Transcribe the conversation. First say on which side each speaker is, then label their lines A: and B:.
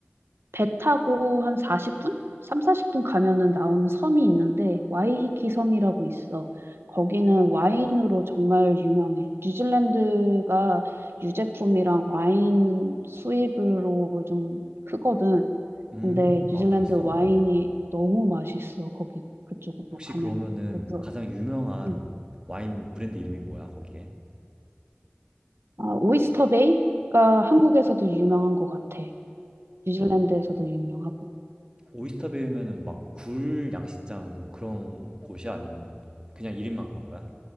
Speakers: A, on the right; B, on the right.
A: 배 타고 한 40분? 3, 40분 가면은 나오는 섬이 있는데, 와이히키 섬이라고 있어. 거기는 와인으로 정말 유명해. 뉴질랜드가 유제품이랑 와인 수입으로 좀 크거든.
B: 음,
A: 근데
B: 아,
A: 뉴질랜드
B: 그랬어?
A: 와인이
B: 어. 어.
A: 너무 맛있어. 거기 그쪽으로
B: 혹시
A: 가면은.
B: 그러면은
A: 그래서,
B: 가장 유명한
A: 음.
B: 와인 브랜드 이름이 뭐야, 거기에?
A: 아, 오이스터 베이가 한국에서도 유명한 것 같아. 뉴질랜드에서도 유명하고.
B: 오이스터 베이면은 막 굴 양식장 뭐 그런 곳이 아니면은 뭐 그냥 이름만 그런 거야?